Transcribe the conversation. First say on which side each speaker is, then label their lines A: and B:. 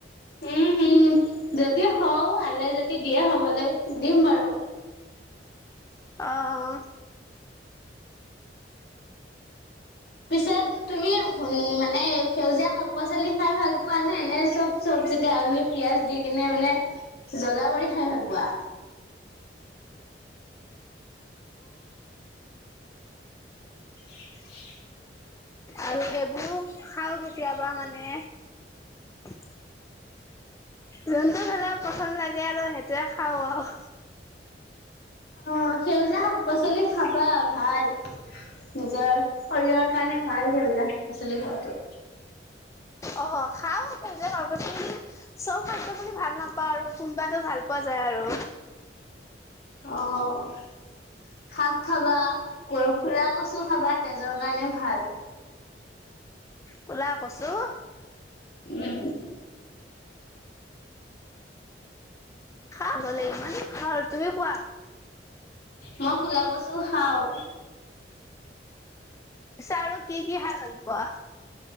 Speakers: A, on the left; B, on the left.
A: উম! হুম। যদি হওঁ আল্লাই যদি দিয়ে হবলৈ দিম বাৰু।
B: অ! অঁ।
A: পিছে তুমি মানে সেউজীয়া শাক-পাচলি খাই ভাল পোৱা নে? নে চব চব্জিতে আলু পিঁয়াজ দি কিনে মানে জ্বলা কৰি খাই ভাল পোৱা? <unintelligible>
B: আৰু সেইবোৰো খাওঁ কেতিয়াবা মানে। <unintelligible> যোনটো হ'লেও পচন্দ লাগে আৰু সেইটোৱেই খাওঁ আৰু।
A: অঁ! সেউজীয়া শাক-পাচলি খাবা ভাল। নিজৰ শৰীৰৰ কাৰণে ভাল সেউজীয়া শাক-পাচলি খোৱাটো।
B: অহ খাওঁ সেইজীয়া শাক-পাচলি চব শাক-পাচলি ভাল নাপাওঁ আৰু। কোনবাতো ভাল পোৱা যায় আৰু।
A: অঁ। শাক খাবা, ক কুলা কচু খাবা তেজৰ কাৰণে ভাল।
B: কুলা কচু।
A: উম!
B: খাব লাগিব মানে খাওঁ আৰু। তুমি খোৱা?
A: মই কুলা কচু খাওঁ।
B: পিছে আৰু কি কি খাই ভাল পোৱা?